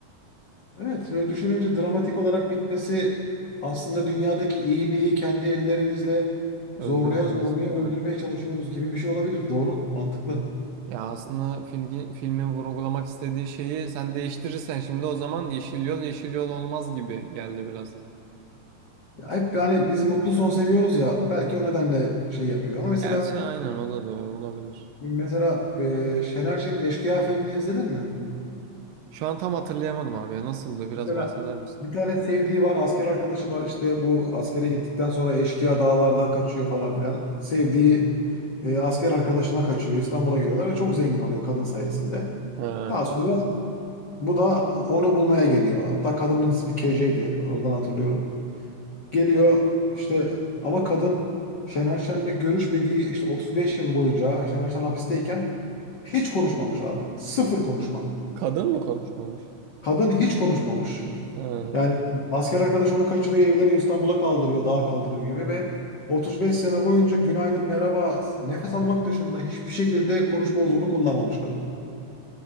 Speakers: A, on the left; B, on the right.
A: Evet, böyle düşününce dramatik olarak bitmesi aslında dünyadaki iyiliği kendi ellerimizle
B: öldürmemiz
A: zorluya zorluya
B: değil
A: öldürmeye
B: mi?
A: çalışıyoruz gibi bir şey olabilir. Doğru, mantıklı.
B: Ya aslında filmin, filmin vurgulamak istediği şeyi sen değiştirirsen şimdi o zaman yeşil yol yeşil yol olmaz gibi geldi biraz.
A: Ya hep hani bizi mutlu son seviyoruz ya belki o nedenle şey yapıyor. Ama mesela
B: Gerçi aynen o da doğru olabilir.
A: mesela e, Şener Şen'in Eşkıya filmini izledin mi?
B: Şu an tam hatırlayamadım abi ya nasıldı biraz
A: Mesela
B: bahseder misin?
A: bir tane sevdiği var, asker arkadaşı var. İşte bu askere gittikten sonra eşkıya dağlarda kaçıyor falan filan. Sevdiği e, asker arkadaşına kaçıyor. İstanbul'a geliyorlar ve çok zengin oluyor kadın sayesinde.
B: He,
A: Daha sonra bu da onu bulmaya geliyor. Hatta kadının ismi KJ'ydi. Oradan hatırlıyorum. Geliyor işte ama kadın Şener Şen'le görüşmediği işte 35 yıl boyunca Şener Şen hapisteyken hiç konuşmamış abi. Sıfır konuşma.
B: kadın mı konuşmamış?
A: Kadın hiç konuşmamış.
B: He.
A: Yani asker arkadaş onu kaçırıyor, evleniyor, İstanbul'a kaldırıyor, dağa kaldırır gibi ve 35 sene boyunca günaydın, merhaba, nefes almak dışında hiçbir şekilde konuşma uzvunu kullanmamış kadın.